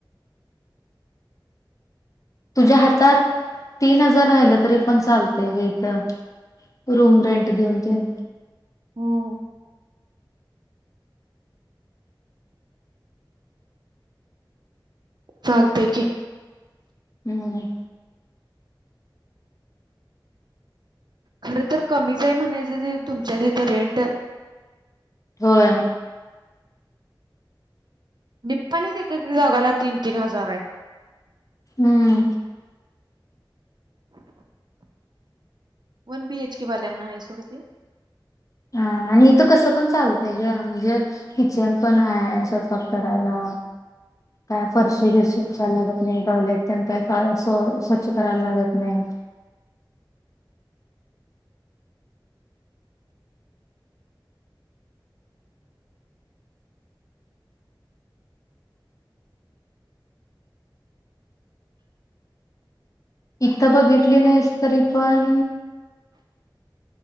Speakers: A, on the left; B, on the right.
A: तुझ्या हातात तीन हजार राहिलं तरी पण चालतंय ग इथं. रूम रेंट देऊन ते.
B: हुं. चालतंय की.
A: हुं. <unintelligible>
B: खरं तर कमीच आहे म्हणायचं ते तुमच्या तिथ रेंट
A: होय.
B: निपाणीत एक -एक जागाला तीन- तीन हजार आहे.
A: हुं.
B: <unintelligible> वन, बी, एच, के वाल्यांना आहे सोड ते.
A: हा. आणि इथ कसं पण चालतंय ग म्हणजे किचन पण हाय स्वयपाक करायला. काय फरशी
B: हम्म
A: बिरशी फुसाय लागत नाही. नाही टॅब्लेट पण त्यां का स्व स्वच्छ करायला लागत नाही. इथं बघितली नाहीस तरी पण,